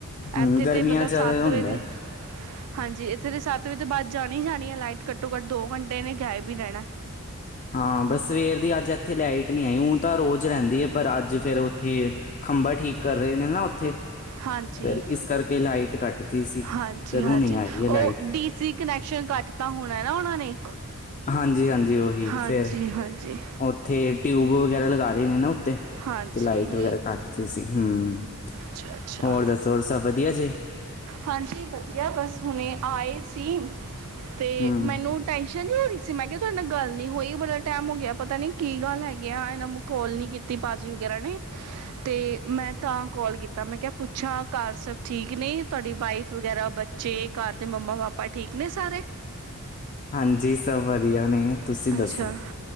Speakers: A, on the left (about 35°); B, on the right (about 75°).
A: ਹੂੰ
B: ਐਥੇ
A: ਗਰਮੀਆਂ
B: ਤੇ ਮਤਲਬ
A: 'ਚ ਇਹ
B: ਸੱਤ
A: ਹੁੰਦਾ
B: ਵਜੇ
A: ਹੈ।
B: ਹਾਂਜੀ ਇੱਥੇ ਤੇ ਸੱਤ ਵਜੇ ਤੋਂ ਬਾਦ ਜਾਣੀ ਈ ਜਾਣੀ ਐ ਲਾਈਟ ਘੱਟੋ ਘੱਟ ਦੋ ਘੰਟੇ ਏਨੇ ਗਾਇਬ ਈ ਰੈਣਾ।
A: ਹਾਂ ਬਸ ਸਵੇਰ ਦੀ ਅੱਜ ਐਥੇ ਲਾਈਟ ਨੀ ਆਈ ਊ ਤਾਂ ਰੋਜ਼ ਰੈਂਦੀ ਏ। ਪਰ ਅੱਜ ਫੇਰ ਓਥੇ ਖੰਭਾਂ ਠੀਕ ਕਰ ਰੇ ਨੇ ਨਾ ਓਥੇ।
B: ਹਾਂਜੀ
A: ਫੇਰ ਇਸ ਕਰਕੇ ਲਾਈਟ ਕਟਤੀ ਸੀ
B: ਹਾਂਜੀ
A: ਫੇਰ
B: ਹਾਂਜੀ
A: ਹੁਣੀ ਆਈ ਆ ਲਾਈਟ।
B: ਉਹ ਡੀ ਸੀ ਕਨੈਕਸ਼ਨ ਕੱਟ ਤਾਂ ਹੋਣਾ ਨਾ ਓਨਾਂ ਨੇ।
A: ਹਾਂਜੀ ਹਾਂਜੀ ਓਹੀ
B: ਹਾਂਜੀ
A: ਫੇਰ।
B: ਹਾਂਜੀ
A: ਓਥੇ ਟਿਊਬ ਵਗੈਰਾ ਲਗਾ ਰਹੇ ਨੇ ਨਾ ਓਤੇ
B: ਹਾਂਜੀ
A: ਤੇ ਲਾਈਟ ਵਗੈਰਾ ਕੱਟ ਤੇ ਸੀ ਹੂੰ।
B: ਅੱਛਾ ਅੱਛਾ।
A: ਹੋਰ ਦੱਸੋ ਹੋਰ ਸਭ ਵਧੀਆ ਜੀ
B: ਹਾਂਜੀ ਵਧੀਆ ਬਸ ਹੁਣੇ ਆਏ ਸੀ। ਤੇ
A: ਹੂੰ
B: ਮੈਨੂੰ ਟੈਸ਼ਨ ਨੀ ਹੋ ਰਹੀ। ਮੈਂ ਕਿਆ ਤੁਹਾਡੇ ਨਾਲ ਗੱਲ ਨੀ ਹੋਈ ਬੜਾ ਟੈਮ ਹੋ ਗਿਆ ਪਤਾ ਨੀ ਕੀ ਗੱਲ ਹੈਗੀ ਆ ਏਨਾਂ ਮਖੌਲ ਨੀ ਕੀਤਾ ਤੇ ਭਾਜੀ ਵਗੈਰਾ ਨੇ ਤੇ ਮੈਂ ਤਾਂ ਕੋਲ ਕੀਤਾ ਮੈਂ ਕਿਆ ਪੁੱਛਾਂ ਘਰ ਸਭ ਠੀਕ ਨੇ ਤੁਹਾਡੀ ਵਾਈਫ ਵਗੈਰਾ ਬੱਚੇ ਘਰ ਤੇ ਮੰਮਾ ਪਾਪਾ ਠੀਕ ਨੇ ਸਾਰੇ।
A: ਹਾਂਜੀ ਸਭ ਵਧੀਆ ਨੇ। ਤੁਸੀਂ
B: ਅੱਛਾ।
A: ਦੱਸੋ